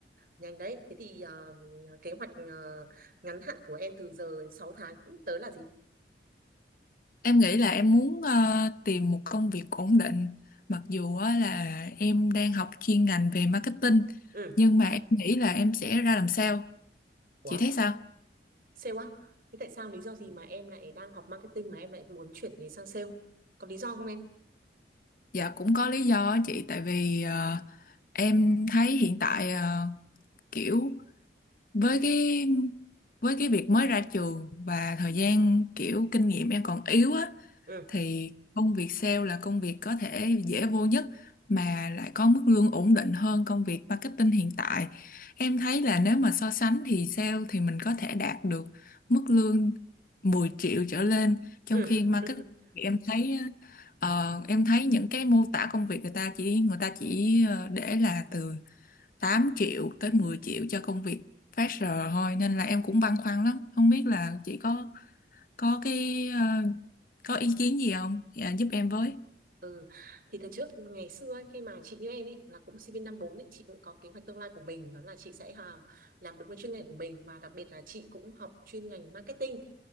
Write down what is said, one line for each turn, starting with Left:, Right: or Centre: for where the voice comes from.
Right: nhanh đấy. Thế thì ờ, kế hoạch ờ, ngắn hạn của em từ giờ đến 6 tháng cũng tới là gì?
Left: Em nghĩ là em muốn ờ, tìm một công việc ổn định mặc dù á là em đang học chuyên ngành về marketing
Right: Ừ,
Left: nhưng mà em nghĩ là em sẽ ra làm sale.
Right: ủa,
Left: Chị thấy sao?
Right: sale á? Thế tại sao lý do gì mà em lại đang học marketing mà em lại muốn chuyển nghề sang sale? Có lý do không em?
Left: Dạ cũng có lý do á chị tại vì ờ, em thấy hiện tại ờ, kiểu với cái với cái việc mới ra trường và thời gian kiểu kinh nghiệm em còn yếu á
Right: Ừ,
Left: thì công việc sale là công việc có thể dễ vô nhất mà lại có mức lương ổn định hơn công việc marketing hiện tại. Em thấy là nếu mà so sánh thì sale thì mình có thể đạt được mức lương 10 triệu trở lên trong
Right: ừ.
Left: khi marketing
Right: <laughs>
Left: thì em thấy ờ, em thấy những cái mô tả công việc người ta chỉ người ta chỉ ờ, để là từ 8 triệu tới 10 triệu cho công việc phát giờ thôi nên là em cũng băn khoăn lắm không biết là chị có có cái ờ, có ý kiến gì không dạ, giúp em với
Right: ừ. Thì thời trước ngày xưa ấy, khi mà chị như em ấy là cũng sinh viên năm 4 ấy, chị cũng có kế hoạch tương lai của mình đó là chị sẽ à, làm đúng cái chuyên ngành của mình và đặc biệt là chị cũng học chuyên ngành marketing